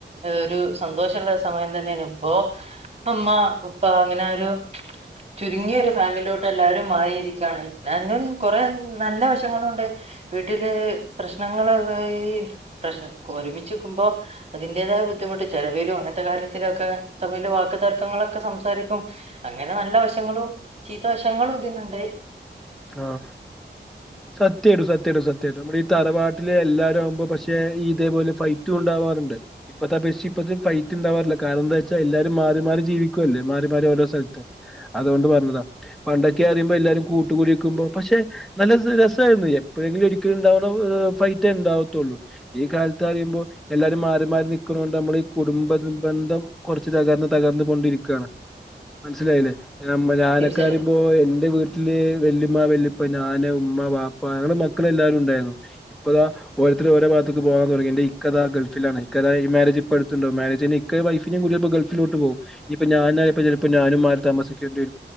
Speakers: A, on the right; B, in the centre.
A: ഒരു സന്തോഷള്ള സമയം തന്നെനു ഇപ്പൊ ഇപ്പുമ്മ ഉപ്പ അങ്ങനെ ഒരു ചുരുങ്ങിയൊരു ഫാമിലിലോട്ട് എല്ലാരും മാറിയിരിക്കുകയാണ് എന്നാലും കൊറെ നല്ല വശങ്ങളുണ്ട് വീട്ടില് പ്രശ്നങ്ങളായി പ്രശ്ന ഒരുമിച്ചു നിക്കുമ്പോൾ അതിന്റെതായ ബുദ്ധിമുട്ട് ചിലവിലും അങ്ങനത്തെ കാര്യത്തിലൊക്കെ തമ്മിൽ വാക്കു തർക്കങ്ങളൊക്കെ സംസാരിക്കും അങ്ങനെ നല്ല വശങ്ങളും ചീത്ത വശങ്ങളും ഇതിനുണ്ട്
B: ആഹ് സത്യായിട്ടും സത്യായിട്ടും സത്യായിട്ടും നമ്മടെ ഈ തറവാട്ടില് എല്ലാരും ആവുമ്പോ പക്ഷെ ഇതേപോലെ ഫൈറ്റും ഉണ്ടാവാറുണ്ട് ഇപ്പൊ അത് അപേക്ഷിച്ചു ഇപ്പത് ഫൈറ്റ് ഉണ്ടാവാറില്ല കാരണം എന്താന്ന് വെച്ചാ എല്ലാവരും മാറി മാറി ജീവിക്കുവല്ലേ മാറി മാറി ഓരോ സ്ഥലത്ത്. അതുകൊണ്ട് പറഞ്ഞതാ പണ്ടൊക്കെ അറിയുമ്പോ എല്ലാരും കൂട്ടുകൂടി പക്ഷെ നല്ല രസമായിരുന്നു എപ്പോഴെങ്കിലും ഒരിക്കലും ഉണ്ടാവുന്ന ഫൈറ്റ് ഉണ്ടാവാത്തുള്ളൂ ഈ കാലത്ത് അറിയുമ്പോൾ എല്ലാരും മാറി മാറി നിൽക്ക്ണോ കൊണ്ട് നമ്മൾ ഈ കുടുംബ ബന്ധം കുറച്ച് തകർന്ന് തകർന്ന് കൊണ്ടിരിക്കുകയാണ് മനസ്സിലായില്ലേ? ഞാനൊക്കെ
A: തീർച്ചയായും
B: പറയുമ്പോ എന്റെ വീട്ടില് ഉമ്മ വല്യപ്പ ഞാന് ഉമ്മ വാപ്പ അങ്ങനെ മക്കള എല്ലാരും ഉണ്ടായിരുന്നു ഇപ്പതാ- ഓരോരുത്തര് ഓരോ ഭാഗത്തേക്ക്‌ പോവാൻ തുടങ്ങി എന്റെ ഇക്ക താ ഗൾഫിലാണ് ഇക്കതാ ഈ മാരേജ് ഇപ്പ എടുത്തണ്ടാവും മാരേജിന് ഇക്ക വൈഫിനെയും കൂടിപ്പോ ഗൾഫിലോട്ട് പോവും ഇനിയിപ്പോ ഞാനപ്പോ ചിലപ്പോ ഞാനും മാറി താമസിക്കേണ്ടി വരും